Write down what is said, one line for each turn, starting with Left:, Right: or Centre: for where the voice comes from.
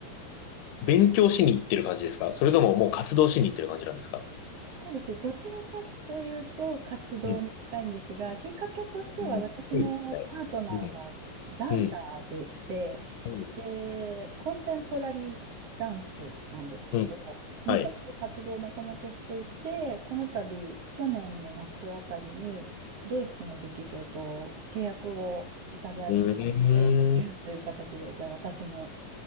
Left: う勉強しに行ってる感じですかそれとももう活動しに行ってる感じなんですか
Right: そ、そうですね。どちらかというと活動に近いんですが、
Left: うん。
Right: きっかけとしては私のパートナーがダンサーでして、
Left: うんそうですね。うん。うん。
Right: で、コンテンポラリーダンスなんですけど、
Left: うん。
Right: 日本で活動をもともとしていて、
Left: はい。
Right: この度、去年の夏あたりに、ドイツの劇場と契約をいただいたので、
Left: うーん。
Right: 移住という形で、じゃあ私も